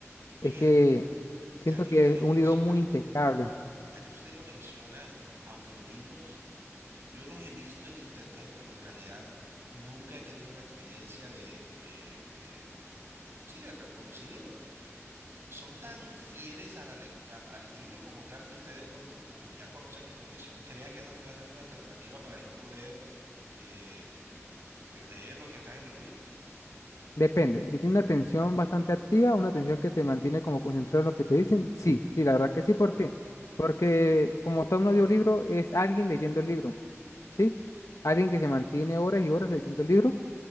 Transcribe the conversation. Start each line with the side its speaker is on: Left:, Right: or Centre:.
Right: Oiga,
Left: Es que siento
Right: ya que
Left: que
Right: usted lo
Left: es un
Right: menciona,
Left: libro muy impecable.
Right: ya que usted lo menciona, audiolibros, yo los he visto en internet, pero en realidad nunca he tenido una experiencia de, de, de, sí, de reproducir uno. Son tan fieles a la lec- al, al libro como tal que usted de pronto, como ya conoce mi condición, crea que esa puede ser una alternativa para yo poder eh, Pues leer lo que está en los libros.
Left: Depende. Si tiene una atención bastante activa, una atención que te mantiene como concentrado en lo que te dicen, sí, sí, la verdad que sí. ¿Por qué? Porque como tal un audiolibro es alguien leyendo el libro, ¿sí? Alguien que se mantiene horas y horas leyendo el libro.